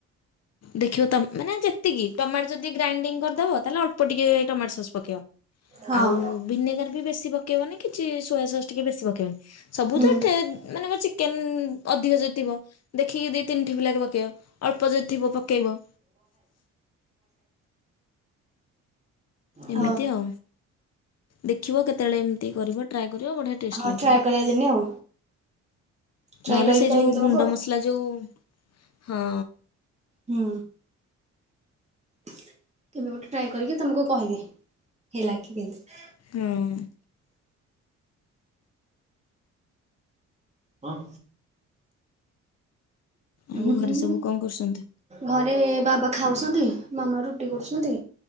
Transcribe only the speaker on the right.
ହଁ
ହୁଁ
ହଁ
ହଁ
ଟ୍ରାଏ କରିବା ଦିନେ ଆଉ ଟ୍ରାଏ
କରିକି
କହିବି
ତମକୁ
ଆଉ।
ହୁଁ। କେବେ ଗୋଟେ ଟ୍ରାଏ କରିକି ତମକୁ କହିବି ହେଲା କି କେନ୍ତି।
ହଁ।
ହୁଁ
ହୁଁ
ଘରେ ବାବା ଖାଉଛନ୍ତି, ମାମା ରୁଟି କରୁଛନ୍ତି।